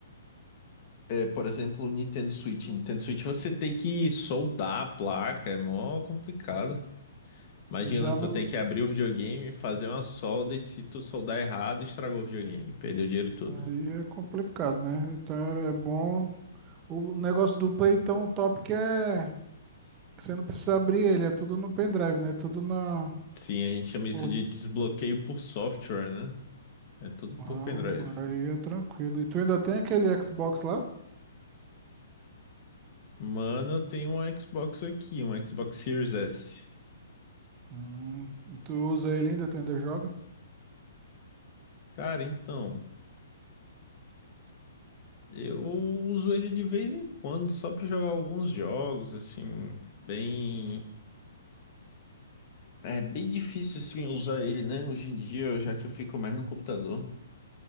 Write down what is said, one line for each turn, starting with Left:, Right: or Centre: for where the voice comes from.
Left: É, por exemplo, o Nintendo Switch. Nintendo Switch você tem que soldar a placa, é mó complicado. Imagina,
Right: Já não.
Left: tu tem que abrir o videogame, fazer uma solda e se tu soldar errado, estragou o videogame, perdeu o dinheiro todo.
Right: Aí é complicado, né? Então é bom. O negócio do Play, então, o top que é que você não precisa abrir ele, é tudo no pendrive, né? Tudo na.
Left: S- Sim, a gente chama isso
Right: por-
Left: de desbloqueio por software, né? É tudo
Right: Ah,
Left: por pendrive.
Right: aí é tranquilo. E tu ainda tem aquele Xbox lá?
Left: Mano, eu tenho um Xbox aqui, um Xbox Series S.
Right: Hum, e tu usa ele ainda? Tu ainda joga?
Left: Cara, então, eu uso ele de vez em quando só pra jogar alguns jogos, assim, bem. É bem difícil, assim, usar ele, né? Hoje em dia, já que eu fico mais no computador.